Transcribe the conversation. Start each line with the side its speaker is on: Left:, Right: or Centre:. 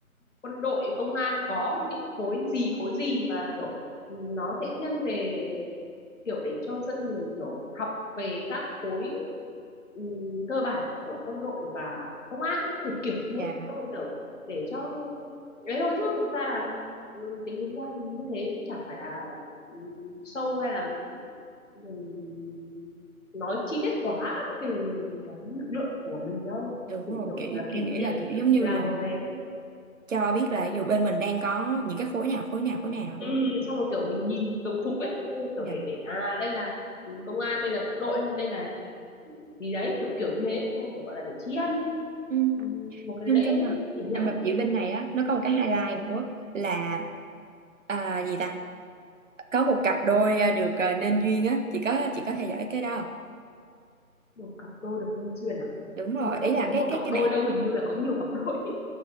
Left: quân đội công an có những khối gì khối gì và kiểu nó sẽ thiên về kiểu để cho dân mình kiểu học về các khối ừm, cơ bản của quân đội và công an kiểu kiểu như
Right: dạ
Left: thế tôi kiểu để cho đấy thôi chứ thực ra là ừm, tính đúng ra thì như thế cũng chả phải là ừm, sâu hay là mình nói chi tiết quá về cái lực lượng của mình đâu
Right: đúng
Left: chỉ
Right: rồi
Left: kiểu
Right: kiểu
Left: là kỷ
Right: em nghĩ
Left: niệm
Right: là kiểu giống như
Left: làm
Right: là
Left: một cái
Right: cho biết là dù bên mình đang có những cái khối nào khối nào khối nào
Left: ừ,
Right: thôi
Left: xong rồi kiểu mình nhìn đồng phục ấy ừ, kiểu
Right: dạ
Left: để để à đây là công an đây là bộ đội hay đây là gì, gì đấy kiểu kiểu như thế xong rồi kiểu gọi là để tri ân
Right: ừ.
Left: ừ, một cái
Right: trong
Left: lễ
Right: trong đợt
Left: kỷ niệm
Right: trong đợt diễu binh này á nó có một cái highlight nữa là à, gì ta có một cặp đôi à, được à, nên duyên á chị có chị có theo dõi cái đó không?
Left: một cặp đôi được nên duyên à
Right: đúng rồi
Left: chứ không
Right: ý là
Left: phải có
Right: cái
Left: một
Right: cái
Left: cặp
Right: cái
Left: đôi đâu hình như là có nhiều cặp đôi